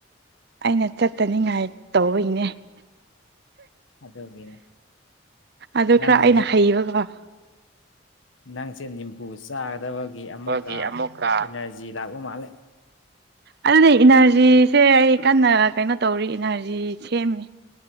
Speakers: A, on the right (about 55°); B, on the left (about 75°).
A: ꯑꯩꯅ ꯆꯠꯇꯅꯤꯡꯉꯥꯏ ꯇꯧꯕꯒꯤꯅꯦ
B: ꯑꯗꯨꯒꯤꯅꯤ
A: ꯑꯗꯨ
B: ꯅꯪꯅ
A: ꯈꯔ ꯑꯩꯅ ꯍꯩꯕꯀꯣ
B: ꯅꯪꯁꯦ ꯅꯤꯝꯕꯨꯨ ꯆꯥꯒꯗꯕꯒꯤ
A: ꯑꯩꯈꯣꯏꯒꯤ
B: ꯑꯃꯨꯛꯀ
A: ꯑꯃꯨꯛꯀ
B: ꯏꯅꯔꯖꯤ ꯂꯥꯛꯄ ꯃꯥꯂꯦ
A: ꯑꯗꯨꯗꯤ ꯏꯅꯔꯖꯤꯁꯦ ꯑꯩ ꯀꯟꯅ ꯀꯩꯅꯣ ꯇꯧꯔꯤ ꯏꯅꯔꯖꯤ ꯁꯦꯝꯃꯤ